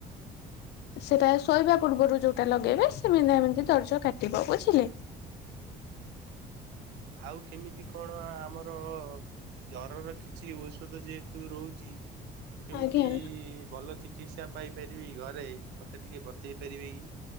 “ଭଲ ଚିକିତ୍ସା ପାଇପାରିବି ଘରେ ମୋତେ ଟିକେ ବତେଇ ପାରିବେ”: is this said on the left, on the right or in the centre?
Right